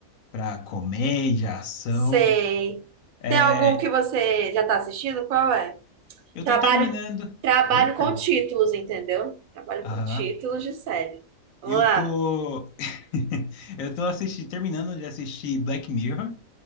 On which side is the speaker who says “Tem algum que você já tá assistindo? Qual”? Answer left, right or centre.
Right